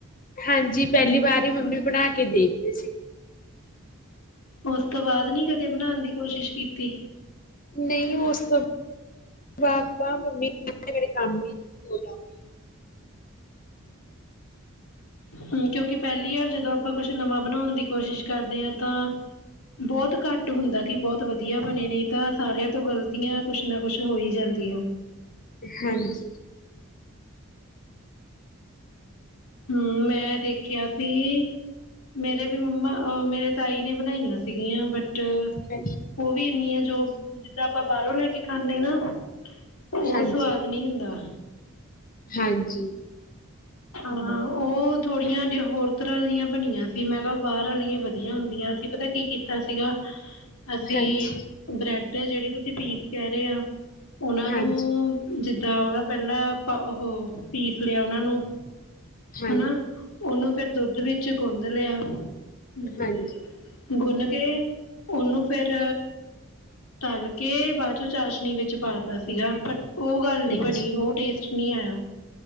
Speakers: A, on the left; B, on the left.
A: ਹਾਂਜੀ ਪਹਿਲੀ ਵਾਰ ਹੀ ਮੰਮੀ ਬਣਾ ਕੇ ਦੇਖਦੇ ਸੀ।
B: ਉਸ ਤੋਂ ਬਾਅਦ ਨੀ ਕਦੇ ਬਣਾਉਣ ਦੀ ਕੋਸ਼ਿਸ਼ ਕੀਤੀ।
A: ਨਹੀਂ ਉਸ ਤੋਂ ਬਾਦ ਤਾਂ ਮੰਮੀ ਮੇਰੇ ਕੰਮ ਵੀ ਦੇਤਾ।
B: ਹੂੰ ਕਿਉਂਕਿ ਪਹਿਲੀ ਵਾਰ ਜਦੋਂ ਆਪਾਂ ਕੁੱਛ ਨਵਾਂ ਬਣਾਉਣ ਦੀ ਕੋਸ਼ਿਸ਼ ਕਰਦੇ ਹਾਂ ਤਾਂ ਬਹੁਤ ਘੱਟ ਹੁੰਦਾ ਕਿ ਬਹੁਤ ਵਧੀਆ ਬਣੇ ਨੇ ਤਾਂ ਸਾਰਿਆਂ ਤੋਂ ਗ਼ਲਤੀਆਂ ਕੁਛ ਨਾ ਕੁਛ ਹੋ ਹੀ ਜਾਂਦੀਆਂ।
A: ਹਾਂਜੀ।
B: ਹੂੰ ਮੈਂ ਦੇਖਿਆ ਸੀ ਮੇਰੇ ਵੀ ਮੰਮਾ ਅਹ ਮੇਰੇ ਤਾਈ ਨੇ ਬਣਾਈਆਂ ਸੀਗੀਆਂ ਬਟ ਟ
A: ਹਾਂਜੀ
B: ਉਹ ਵੀ ਇੰਨੀਆ ਜੋ ਜਿੱਦਾਂ ਆਪਾਂ ਬਾਹਰੋਂ ਲੈ ਕੇ ਖਾਂਨੇ ਨਾ। ਉਹ
A: ਹਾਂਜੀ
B: ਸਵਾਦ ਨੀ ਹੁੰਦਾ।
A: ਹਾਂਜੀ
B: ਹਾਂ ਉਹ ਥੋੜੀਆਂ ਹੋਰ ਤਰ੍ਹਾਂ ਦੀਆਂ ਬਣੀਆਂ ਸੀ, ਮੈਂ ਕਿਹਾ ਬਾਹਰ ਵਾਲੀਆਂ ਵਧੀਆ ਹੁੰਦੀਆਂ ਅ ਸੀਂ ਪਤਾ ਕੀ ਕੀਤਾ ਸੀਗਾ। ਅਸੀਂ
A: ਹਾਂਜੀ
B: ਬ੍ਰੈਡ ਜਿਹੜੇ ਤੁਸੀਂ ਪੀਸ ਕਹਿ ਰਹੇ ਆ। ਉਹਨਾਂ
A: ਹਾਂਜੀ
B: ਨੂੰ ਜਿੱ ਉਹਦਾ ਪਹਿਲਾਂ ਉਹ ਪੀਸ ਲਿਆ ਉਹਨਾ ਨੂੰ
A: ਹਾਂਜੀ,
B: ਹਨਾ ਉਹਨੂੰ ਫੇਰ ਦੁੱਧ ਵਿੱਚ ਗੁੰਦ ਲਿਆ। <unintelligible>
A: ਹਾਂਜੀ
B: ਗੁੰਨ ਕੇ ਉਹਨੂੰ ਫੇਰ ਤਲ ਕੇ ਬਾਅਦ ਚੋਂ ਚਾਸ਼ਨੀ ਵਿੱਚ ਪਾ ਦਿਤਾ ਸੀਗਾ ਪਰ ਉਹ ਗੱਲ ਨੀ
A: ਅੱਛਾ
B: ਬਣੀ, ਉਹ ਟੇਸਟ ਨੀ ਆਇਆ।